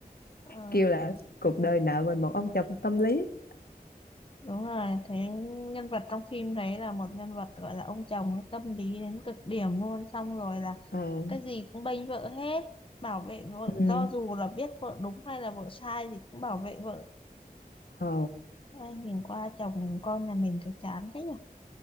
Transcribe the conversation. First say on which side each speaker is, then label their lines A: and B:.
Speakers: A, on the left; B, on the left.
A: ờ,
B: kêu là cuộc đời nợ mình một ông chồng tâm lý
A: đúng rồi thế nhân vật trong phim đấy là một nhân vật gọi là ông chồng ấy, tâm lý đến cực điểm luôn xong rồi là
B: ờ
A: cái gì cũng bênh vợ hết bảo vệ vợ
B: ừ
A: cho dù là biết vợ đúng hay là vợ sai thì cũng bảo vệ vợ
B: ờ
A: Ai nhìn qua chồng con nhà mình thấy chán thế nhỉ